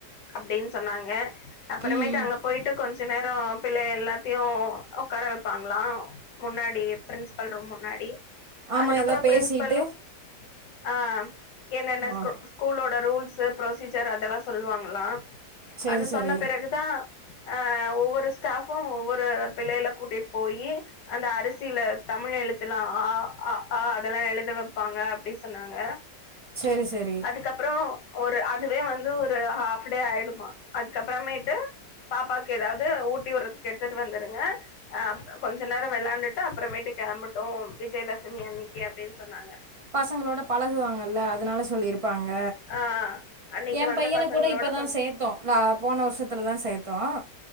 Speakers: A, on the left; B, on the right.
A: அப்டின் சொன்னாங்க அப்பறமேட்டு
B: ம்
A: அங்க போயிட்டு கொஞ்ச நேறோ பிள்ளை எல்லாத் தையு உக்கார வைப்பாங்களா முன்னாடி பிரின்ஸி்பல் ரூம் முன்னாடி
B: ஆமாம்
A: அதுக்கப்புற
B: ஏதாவது
A: பிரின்சபல்லு
B: பேசிட்டு
A: ஆம் என்னென்ன
B: ஓ
A: ஸ்கூல் ஸ்கூல்லோட ரூல்ஸ்சு ப்ரொசீஜர் அதெல்லா சொல்வாங்களா
B: சரி
A: அது
B: சரி
A: சொன்ன பிறகுதா அ ஒவ்வொரு ஸ்டாபு ஒவ்வொரு நா பிள்ளையெல்லா கூட்டிட்டு போயீ அந்த அரிசியில்ல தமிழ் எழுத்துல்லா ஆ அ ஆ அதெல்லா எழுத வேப்பாங்க அப்டி சொன்னாங்க
B: சரி சரி
A: அதுக்கப்புறோ ஒரு அதுவே வந்து ஒரு ஹாஃப் டே ஆயிடுமா அதுக்கப்புறமேட்டு பாப்பாக்கு ஏதாவது ஊட்டி விடுறதுக்கு எ விட்டுடு வந்துருங்க ஆ கொஞ்சோ நேரம் வேலாண்டுட்டு அப்புறமேட்டு கிளம்பட்டு விஜயதசமி அன்னைக்கி அப்படின்னு சொன்னாங்க
B: பசங்களோட பழகுவாங்கல்ல அதனால சொல்லியிருப்பாங்க
A: ஆ அன்னைக்கு
B: எ
A: வந்த
B: பையன
A: பசங்களோட
B: கூட இப்பதா
A: கொஞ்
B: சேத்தோ லா போன வருஷத்துலதா சேத்தோம்